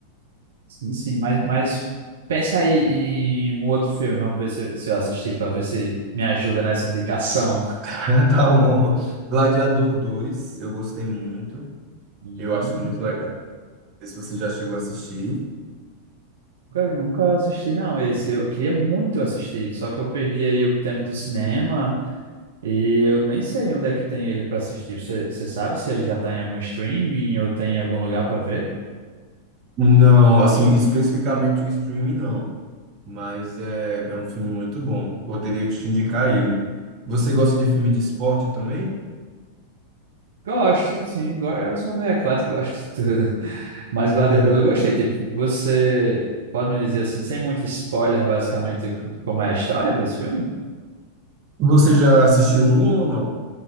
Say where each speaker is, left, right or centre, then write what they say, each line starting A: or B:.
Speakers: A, on the right; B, on the right.
A: sim, sim, mas, mas pensa aí em um outro filme, vamos ver se, se eu assisti para ver se me ajuda nessa indicação.
B: <laughs> Tá bom. Gladiador dois eu gostei muito.
A: Hum.
B: Eu acho muito legal. Não sei se você já chegou a assistir.
A: Cara, eu nunca assisti, não, esse. Eu queria muito assistir, só que eu perdi aí o tempo do cinema e eu nem sei onde é que tem ele pra assistir. Você você sabe se ele já tá em algum streaming ou tem em algum lugar pra ver?
B: Não, assim, especificamente o streaming, não. Mas é, é um filme muito bom. Poderia te indicar ele. Você gosta de filme de esporte também?
A: Gosto, sim. go- Eu sou meio eclético, <laughs> gosto de tudo. Mas
B: <laughs>
A: Gladiador eu gostei. Tipo, você pode me dizer assim, sem muito spoiler, basicamente, o que- como é a história desse filme?
B: Você já assistiu um ou não?